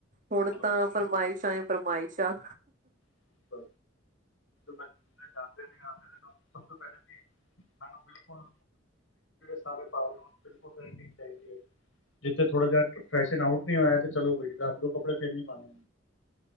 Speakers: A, on the right; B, on the left.
A: ਹੁਣ
B: ਬਸ-ਬਸ।
A: ਤਾਂ ਫਰਮਾਇਸ਼ ਆਏ ਫਰਮਾਇਸ਼ਾ
B: <inaudible> ਬ ਬ ਜਾਂਦੇ ਨੇ ਆਉਂਦੇ ਨੇ <inaudible> ਸਭ ਤੋਂ ਪਹਿਲਾਂ ਜ <inaudible> ਮੈਨ ਬੁ ਸ ਪਾ ਰਹੇ ਜਿੱਥੇ ਥੋੜਾ ਜਾਹਾ ਫੈ ਆਟ ਨ ਹੋਇਆ ਤੇ ਚਲੋ ਰੱਸ ਦੋ ਕੱਪੜੇ ਫਿਰ ਪਾਉਣੇ